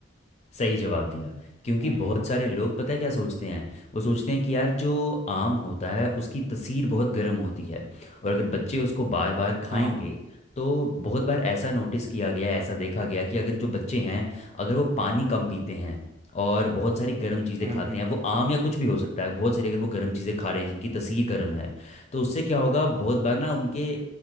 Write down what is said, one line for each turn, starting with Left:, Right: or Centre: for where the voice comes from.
Left: सही जवाब दिया क्योंकि
Right: हम्म
Left: बहुत सारे लोग पता है क्या सोचते हैं वो सोचते हैं कि यार जो आम होता है उसकी तसीर बहुत गर्म होती है और अगर बच्चे उसको बार बार खाएंगे
Right: हाँ
Left: तो बहुत बार ऐसा नोटिस किया गया ऐसा देखा गया कि अगर जो बच्चे हैं अगर वो पानी कम पीते हैं और बहुत सारी गर्म चीज़ें
Right: हम्म
Left: खाते
Right: हम्म
Left: हैं
Right: हम्म
Left: वो आम या कुछ भी हो सकता है बहुत सारी अगर वो गर्म चीज़ें खा रहे हैं जिनकी तसीर गर्म है तो उससे क्या होगा बहुत बार ना उनके